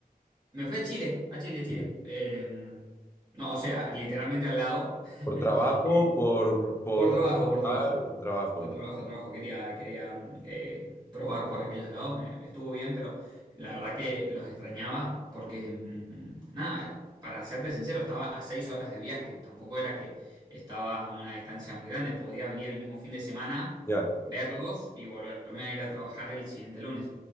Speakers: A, on the right; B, on the left.
A: Me fui a Chile, a Chile, Chile.
B: <clears throat>
A: Eh, no, o sea, literalmente al lado. <laughs>
B: Por trabajo, por, por,
A: Por trabajo, por
B: por,
A: trabajo.
B: por trabajo.
A: Por trabajo, trabajo. Quería, quería eh, probar por aquellos lados. Me, estuvo bien, pero la verdad que los extrañaba porque, mm, nada, para serte sincero, estaba a seis horas de viaje. Tampoco era que estaba a una distancia muy grande. Podía venir el mismo fin de semana,
B: Ya.
A: verlos y volverme a ir a trabajar el siguiente lunes.